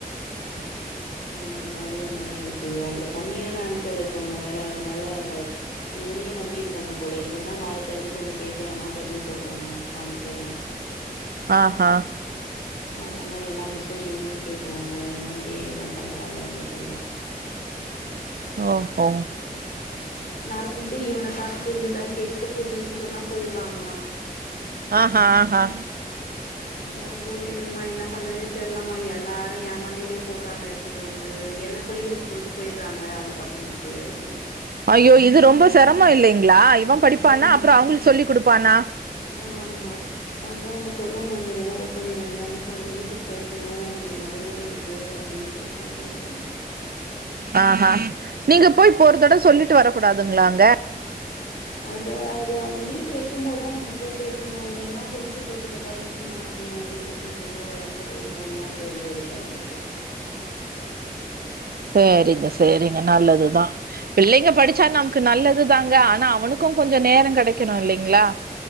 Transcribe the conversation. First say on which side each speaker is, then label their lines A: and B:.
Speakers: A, on the left (about 65°); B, on the right (about 70°).
A: ஆனாலு அதுவு நெறையா இருக்கு அதுல கம்மியான ஆட்கள் இருக்காங்க வேற அதுனால இவனையே நம்பி இருக்காங்க போல இவன்தா வாய் தெறந்து கொஞ்சோ பேசுறான்னா பதில் சொல்றானா ஆன்சருலா
B: ஆ ஹா
A: அதுனால் எல்லா மிஸ்ஸு இவனியு கேக்குறாங்க இவன்ட்யே எல்லா பண்றாங்க நீட்டுந்தா
B: ஓ ஹோ
A: நடத்திட்டு இவன பா்த்து புரிஞ்சுதான் கேட்டுட்டு புரிஞ்சுதுன் சொன்னா போயிர்றாங்குளா
B: ஆஹா ஆஹா
A: அதான் சொல்லிட்ருந்தான் என்ன பண்றதுனே தெர்லமா எல்லாரு ஏன் மண்டைலே போட்றாங்க த்துட்டு வந்து என்ன சொல்லி குடுக்க சொல்ட்டு போய்றாங்க அந்த பசங்ளுக்கு அப்டின்ட்டு
B: ஐயோ இது ரொம்பா செரமோ இல்லைங்ளா இவன் படிப்பானா
A: ம்
B: அப்புறோ அவுங்ளுக் சொல்லி் குடுப்பானா
A: ஆமா அதான சொல்லணு இந்த தடவ ஓப்பன் வந்தா மிஸ்ஸ அவன் நீட்டு படிக்கணு அவனுக்கு நெறையா இது இருக்கு அப்டின் சொல்லி சொல்லணு கொஞ்சோ
B: ஆ ஹா நீங்க போய் இப்போ ஒரு தடவ் சொல்லிட்டு வர கூடாதுங்ளாங்க
A: அது அது அவ்ங்க மீட்டு வைக்கும் போதா நம்ம போய் பேசணு இல்லனா பிரின்சுபிள் கிட்ட பர்மிஷன் வாங்கணு இது எது க்கு இவ்ளோ எஃபட் போட்ணு செரி அது டைம் வரும்போது சொல்லிக்கிலான்ட்டு
B: சேரிங்க சேரிங்க நல்லதுதா பிள்ளைங்க படிச்சா நம்க்கு நல்லதுதாங்க ஆனா அவனுக்கு கொஞ்சோ நேரோ கெடைக்கணு இல்லைங்ளா